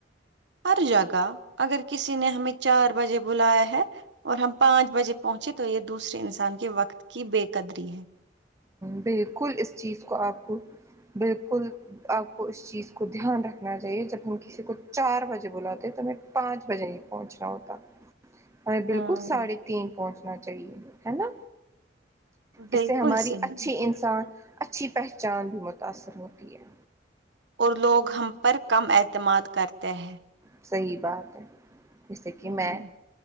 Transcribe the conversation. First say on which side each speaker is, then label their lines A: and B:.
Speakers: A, on the right; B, on the right.
A: ہر جگہ اگر کسی نے ہمیں چار بجے بلایا ہے اور ہم پانچ بجے پہنچے تو یے دوسرے انسان کے وقت کی بے قدری ہے
B: بالکل اس چیز کو آپ کو بالکل اپ کو اس چیز کو دھیان رکھنا چاہیے جب ہم کسی کو چار بجے بلاتے تو میں پانچ بجے پہنچ رہا ہوتا ہمیں بالکل
A: ہاں
B: ساڑھے تین پہنچنا چاہیے ہے نا
A: بالکل
B: اس سے ہماری
A: صحیح
B: اچ انسان اچھی پہچان بھی متاثر ہوتی ہے
A: اور لوگ ہم پر کم اعتماد کرتے ہیں
B: صحیح بات ہے جیسے کی
A: ہوں،
B: میں